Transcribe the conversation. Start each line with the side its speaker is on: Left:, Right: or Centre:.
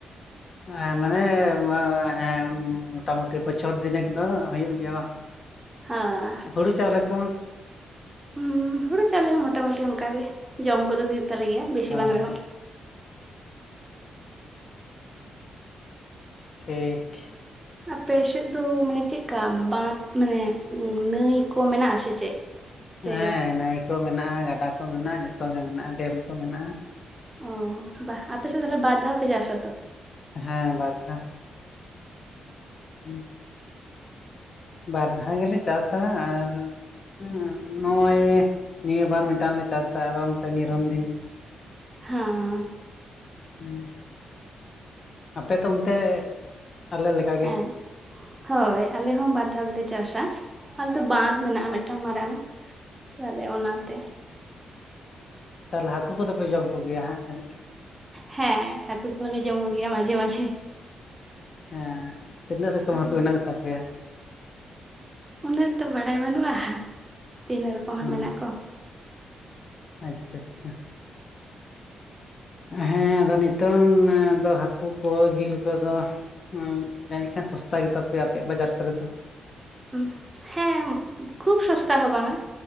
Left: ᱦᱮᱸ ᱢᱟᱱᱮ ᱮ ᱵᱟ ᱦᱮᱸ ᱢᱚᱴᱟᱢᱩᱴᱤ ᱵᱚᱪᱷᱚᱨ ᱫᱤᱱᱮᱠ ᱫᱚ ᱦᱩᱭᱩᱜ ᱜᱮᱭᱟ ᱵᱟᱝ?
Right: ᱦᱮᱸ
Left: ᱦᱩᱲᱩ ᱪᱟᱣᱞᱮ ᱠᱚᱦᱚᱸᱼᱼ
Right: ᱦᱩᱸ, ᱦᱩᱲᱩ ᱪᱟᱣᱞᱮ ᱦᱚᱸ ᱢᱚᱴᱟᱢᱩᱴᱤ ᱚᱱᱠᱟ ᱜᱮ, ᱡᱚᱢ ᱠᱚᱫᱚ ᱦᱩᱭᱩᱜ ᱛᱟᱞᱮ ᱜᱮᱭᱟ ᱵᱮᱥᱤ
Left: ᱦᱳᱭ
Right: ᱵᱟᱝ ᱨᱮᱦᱚᱸ ᱾
Left: ᱴᱷᱤᱠᱷ ᱾
Right: ᱟᱯᱮ ᱥᱮᱫ ᱫᱚ ᱢᱟᱱᱮ ᱪᱮᱫᱠᱟ ᱵᱟᱸᱫᱽ ᱢᱟᱱᱮ ᱱᱟᱹᱭ ᱠᱚ ᱢᱮᱱᱟᱜᱼᱟ ᱥᱮ ᱪᱮᱫ? ᱥᱮ
Left: ᱦᱮᱸ, ᱱᱟᱹᱭ ᱠᱚ ᱢᱮᱱᱟᱜᱼᱟ ᱜᱟᱰᱟ ᱠᱚ ᱢᱮᱱᱟᱜᱼᱟ ᱡᱚᱛᱚ ᱜᱮ ᱢᱮᱱᱟᱜᱼᱟ ᱰᱮᱢ ᱠᱚ ᱢᱮᱱᱟᱜᱼᱟ ᱾
Right: ᱚ ᱵᱟᱦ ᱟᱯᱮ ᱥᱮᱫ ᱫᱚ ᱛᱟᱦᱚᱞᱮ ᱵᱟᱨ ᱫᱷᱟᱣ ᱯᱮ ᱪᱟᱥᱟ ᱛᱚ?
Left: ᱦᱮᱸ ᱵᱟᱨ ᱫᱷᱟᱣ ᱾ ᱦᱩᱸ ᱾ ᱵᱟᱨ ᱫᱷᱟᱣ ᱜᱮᱞᱮ ᱪᱟᱥᱟ ᱟᱨ ᱮᱸ ᱱᱚᱜᱼᱚᱭ ᱱᱤᱭᱟᱹ ᱵᱟᱨ ᱢᱤᱫᱴᱟᱝ ᱞᱮ ᱪᱟᱥᱟ ᱟᱨᱚ ᱱᱚᱝᱠᱟ ᱱᱤᱨᱚᱱ ᱫᱤᱱ ᱾
Right: ᱦᱩᱸ᱾
Left: ᱩᱸ ᱾ ᱟᱯᱮ ᱛᱚ ᱚᱱᱛᱮ ᱟᱞᱮ ᱞᱮᱠᱟ ᱜᱮ
Right: ᱦᱮᱸ
Left: ᱾
Right: ᱦᱳᱭ ᱟᱞᱮ ᱦᱚᱸ ᱵᱟᱨ ᱫᱷᱟᱣ ᱜᱮᱞᱮ ᱪᱟᱥᱟ ᱾ ᱟᱞᱮ ᱫᱚ ᱵᱟᱸᱫᱽ ᱢᱮᱱᱟᱜᱼᱟ ᱢᱤᱫᱴᱟᱝ ᱢᱟᱨᱟᱝ, ᱛᱟᱦᱚᱞᱮ ᱚᱱᱟᱛᱮ ᱾
Left: ᱛᱟᱦᱚᱞᱮ ᱦᱟᱹᱠᱩ ᱠᱚᱫᱚ ᱯᱮ ᱡᱚᱢ ᱠᱚᱜᱮᱭᱟ ᱦᱟᱸᱜ ᱡᱟᱹᱱᱤᱡ?
Right: ᱦᱮᱸ ᱦᱟᱹᱠᱩ ᱠᱚᱸᱦᱚᱞᱮ ᱡᱚᱢ ᱠᱚᱜᱮᱭᱟ ᱢᱟᱡᱷᱮ ᱢᱟᱡᱷᱮ ᱾
Left: ᱦᱮᱸ, ᱛᱤᱱᱟᱹᱜ ᱨᱚᱠᱚᱢ
Right: ᱦᱮᱸ
Left: ᱦᱟᱹᱠᱩ ᱢᱮᱱᱟᱜ ᱠᱚ ᱛᱟᱯᱮᱭᱟ?
Right: ᱩᱱᱟᱹᱜ ᱛᱚ ᱵᱟᱲᱟᱭ ᱵᱟᱹᱱᱩᱜᱼᱟ, ᱛᱤᱱᱟᱹᱜ ᱨᱚᱠᱚᱢ
Left: ᱦᱩᱸ
Right: ᱦᱟᱸᱜ ᱢᱮᱱᱟᱜ ᱠᱚᱣᱟ ᱾
Left: ᱟᱪᱪᱷᱟ ᱟᱪᱪᱷᱟ ᱾ ᱦᱮᱸ, ᱟᱫᱚ ᱱᱤᱛᱚᱝ ᱫᱚ ᱦᱟᱹᱠᱩ ᱠᱚ ᱡᱤᱞ ᱠᱚᱫᱚ ᱩᱸ ᱡᱟᱹᱱᱤᱡ ᱠᱷᱟᱱ ᱥᱚᱥᱛᱟ ᱜᱮ ᱛᱟᱯᱮᱭᱟ ᱟᱯᱮᱭᱟᱜ ᱵᱟᱡᱟᱨ ᱠᱚᱨᱮ ᱫᱚ ᱾
Right: ᱩᱸ ᱦᱮᱸ, ᱠᱷᱩᱵ ᱥᱚᱥᱛᱟ ᱦᱚᱸ ᱵᱟᱝᱟ